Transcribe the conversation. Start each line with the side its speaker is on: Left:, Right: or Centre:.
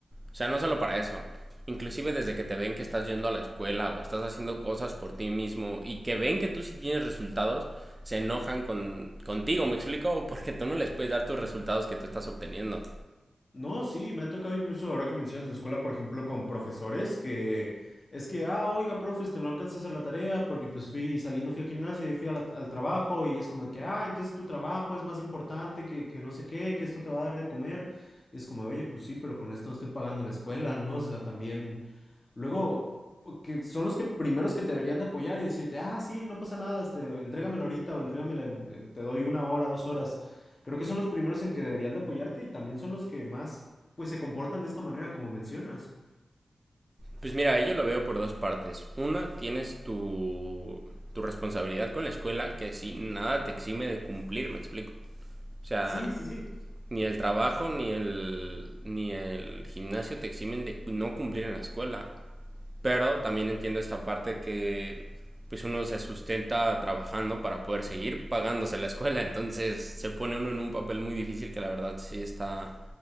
Right: O sea, no solo para eso. Inclusive desde que te ven que estás yendo a la escuela o estás haciendo cosas por ti mismo y que ven que tú sí tienes resultados, se enojan con, contigo, ¿me explico? Porque tú no les puedes dar tus resultados que tú estás obteniendo.
Left: No, sí, me ha tocado incluso ahora que mencionas la escuela, por ejemplo, con profesores que es que, ah, oiga, profe, este no alcanza a hacer la tarea porque pues fui saliendo, fui al gimnasio y fui a la- al trabajo y es como de que, ah, entonces tu trabajo es más importante que, que no sé qué, que esto te va a dar de comer. Y es como, oye, pues sí, pero con esto no estoy pagando la escuela, ¿no? O sea, también... Luego, que son los que primeros que te deberían de apoyar y decirte, ah, sí, no pasa nada, este, entrégamela ahorita o entrégamela en- en- te doy una hora, dos horas. Creo que son los primeros en que deberían de apoyarte y también son los que más, pues, se comportan de esta manera, como mencionas.
Right: Pues mira, yo lo veo por dos partes. Una, tienes tu, tu responsabilidad con la escuela que si nada te exime de cumplir, ¿me explico? O sea,
Left: Sí, sí, sí.
Right: ni el trabajo ni el ni el gimnasio te eximen de no cumplir en la escuela. Pero también entiendo esta parte que pues uno se sustenta trabajando para poder seguir pagándose la escuela, entonces se pone uno en un papel muy difícil que la verdad sí está